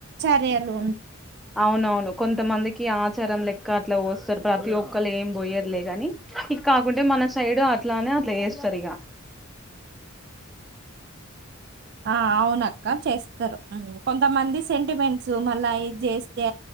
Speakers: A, on the right (about 50°); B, in the centre.
A: దేలు ఉ
B: అవునవును కొంతమందికి ఆచారం లే క్క అట్లా పోస్తారు ప్రతి ఒక్కళ్రుు ఏం పోయరులే ని ఇక కాకుంటే మన సైడ్ అట్లానే అట్లా వేస్తారు ఇక
A: ఆ అవున అక్క చేస్తారు కొంతమంది సెంటిమెంట్స్ మళ్ళా ఇది చేస్తే